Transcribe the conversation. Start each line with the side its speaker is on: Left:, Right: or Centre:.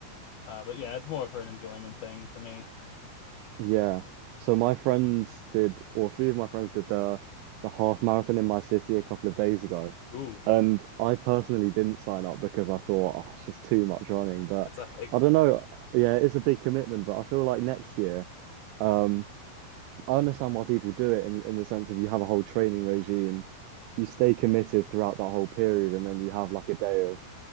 Left: Uh, but yeah, it's more for an enjoyment thing for me.
Right: Yeah. So my friends did, or a few of my friends did the, the half marathon in my city a couple of days ago.
Left: Ooh,
Right: And I personally didn't sign up because I thought, oh, it's just too much running. But
Left: that's a hike.
Right: I don't know. Yeah, it's a big commitment, but I feel like next year, um, I understand why people do it in, in the sense of you have a whole training regime, you stay committed throughout that whole period, and then you have like a day of,